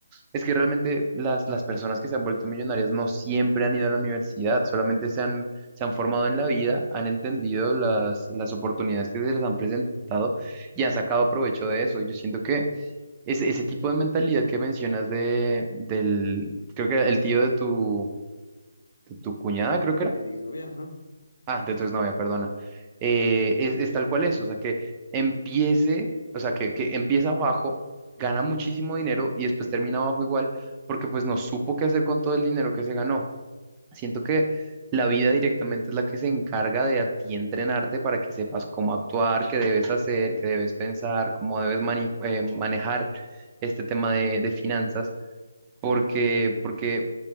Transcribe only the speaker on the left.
el exnovia, ajá.